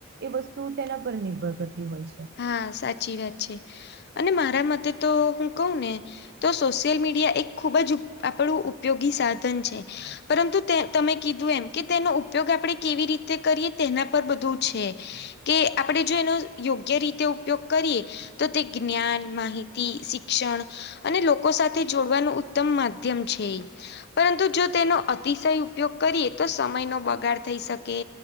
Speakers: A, on the right; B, on the left.
A: એ વસ્તુ તેના પર નિર્ભર થતી હોય છે.
B: હા સાચી વાત છે અને મારા મતે તો હું કઉ ને તો સોશિયલ મીડિયા એક ખૂબ જ ઉપ આપણું ઉપયોગી સાધન છે. પરંતુ તે તમે કીધું એમ કે તેનો ઉપયોગ આપણે કેવી રીતે કરીએ તેના પર બધું છે કે આપણે જો એનો યોગ યોગ્ય રીતે ઉપયોગ કરીએ તો તે જ્ઞાન માહિતી શિક્ષણ અને લોકો સાથે જોડવાનું ઉત્તમ માધ્યમ છે ઈ. પરંતુ જો તેનો અતિશય ઉપયોગ કરીએ તો સમયનો બગાડ થઈ શકે.